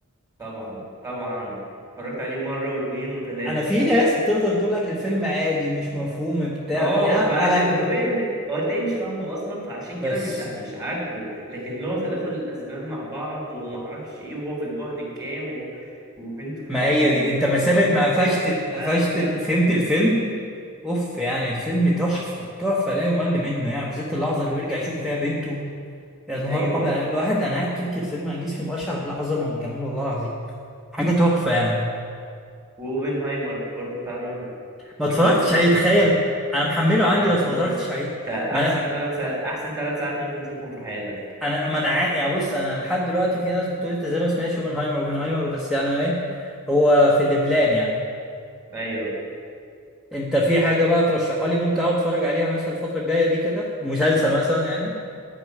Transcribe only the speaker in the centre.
انا في ناس بتفضل تقول لك الفيلم عادي مش مفهوم بتاع
يعني على
بس
ما
هي
دي انت مسافه
ما
قفشت
ال- قفشت
ال-
فهمت الفيلم اوف يعني فيلم تحفه تحفه لا يمل منه يعني بالذات اللحظه اللي بيرجع يشوف فيها بنته يا نهار
ابيض يعني الواحد انا قاعد طول الفيلم انا جسمي بشعر بالعظمه والجمال والله العظيم حاجه تحفه يعني
ما
اتفرجتش عليه تخيل انا محمله
عندي بس
ما اتفرجتش
عليه
ما انا
انا ما انا عا- يعني بص انا لحد دلوقتي في ناس بتقول انت زي ما سمعتش اوبنهايمر اوبنهايمر بس يعني ايه هو في البلان يعني
انت في حاجه بقى ترشحها لي ممكن اقعد اتفرج عليها مثلا الفتره الجايه دي كده مسلسل مثلا يعني